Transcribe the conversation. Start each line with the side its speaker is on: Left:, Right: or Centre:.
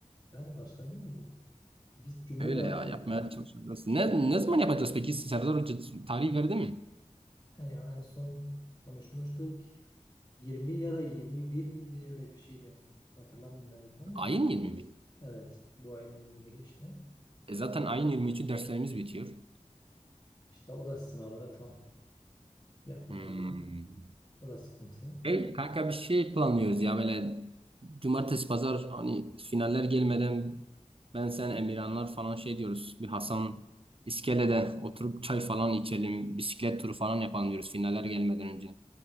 Left: Yani başka ne olur? Bir cümle
Right: Öyle
Left: vardı.
Right: ya yapmaya çalışıyoruz. Ne, ne zaman yapacağız peki? Serdar Hoca tarih verdi mi?
Left: En, ya en son konuşmuştuk. 20 ya da 21 miydi? Öyle bir şeydi. Hatırlamıyorum ben de tam
Right: Ayin
Left: da.
Right: 20 mi?
Left: Evet. Bu ayın 21'i işte.
Right: E zaten ayın 23'ü derslerimiz bitiyor.
Left: İşte o da sınavlara tam yakın
Right: Hmm.
Left: oluyor. O da sıkıntı.
Right: Hey kanka bir şey planlıyoruz ya böyle cumartesi pazar hani finaller gelmeden ben sen Emirhanlar falan şey diyoruz. Bir Hasan iskelede oturup çay falan içelim. Bisiklet turu falan yapalım diyoruz finaller gelmeden önce.